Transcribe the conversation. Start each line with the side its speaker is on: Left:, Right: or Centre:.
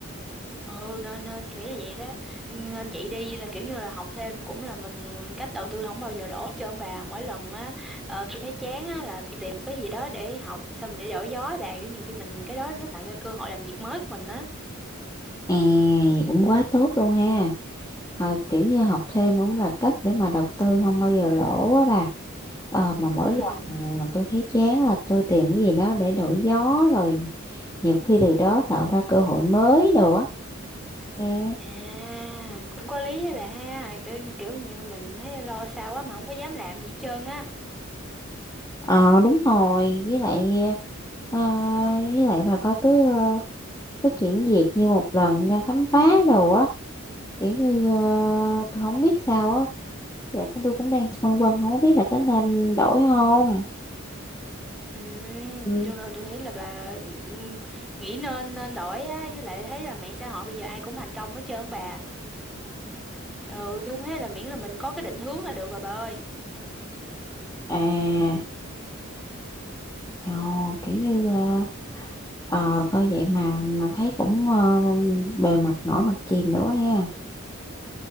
Centre: ừ nên nên tôi nghĩ là vậy đó nên chị đi là kiểu như là học thêm cũng là mình, mình cách đầu tư không bao giờ lỗ hết trơn bà mỗi lần á ờ, tôi thấy chán á là tôi tìm một cái gì đó để học xong để đổi gió á bà kiểu nhiều khi mình cái đó nó tạo ra cơ hội làm việc mới của mình á
Left: à cũng quá tốt luôn ha Ờ, kiểu như học thêm cũng là cách để mà đầu tư không bao giờ lỗ á bà ờ, mà mỗi
Centre: Ừ.
Left: lần mà tôi thấy chán là tôi tìm cái gì đó để đổi gió rồi nhiều khi từ đó tạo ra cơ hội mới đồ á nghe
Centre: À, cũng có lý hả bà ha, kiểu, kiểu như mình thấy lo xa quá mà không có dám làm gì hết trơn á.
Left: ờ đúng rồi với lại ờ, với lại bà coi cứ ờ, cứ chuyển việc như một lần ra khám phá đồ á kiểu như ờ, tôi không biết sao á Với lại cũng tôi cũng đang phân vân không có biết là có nên đổi không
Centre: Ừ,
Left: Ừ.
Centre: cho nên tôi nghĩ là bà ừm, nghĩ nên nên đổi á, với lại thấy là mạng xã hội bây giờ ai cũng thành công hết trơn bà. Ừ, tôi cũng thấy là miễn là mình có cái định hướng là được rồi bà ơi.
Left: à Ồ, kiểu như ờ, ờ, coi vậy mà mà thấy cũng ờ, bề mặt nổi mặt chìm nữa ha